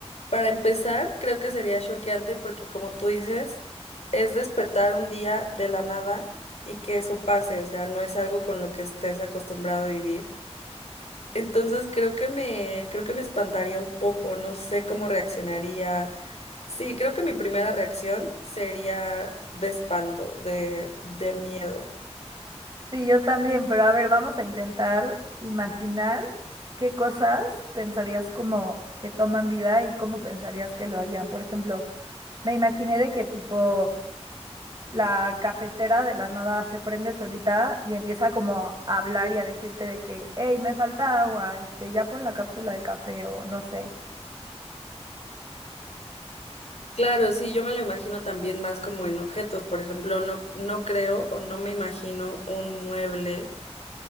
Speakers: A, on the left (about 70°); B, on the right (about 40°).
A: para empezar, creo que sería choqueante porque como tú dices, es despertar un día de la nada y que eso pase, o sea, no es algo con lo que estés acostumbrado a vivir. Entonces, creo que me creo que me espantaría un poco, no sé cómo reaccionaría. Sí, creo que mi primera reacción sería de espanto, de de miedo.
B: Sí, yo también, pero a ver, vamos a intentar imaginar qué cosas pensarías como que toman vida y cómo pensarías que lo harían. Por ejemplo, me imaginé de qué tipo la cafetera de la nada se prende solita y empieza como a hablar y a decirte de que, hey, me falta agua, este, ya pon la cápsula de café o no sé.
A: Claro, sí, yo me lo imagino también más como en objetos. Por ejemplo, no, no creo o no me imagino un mueble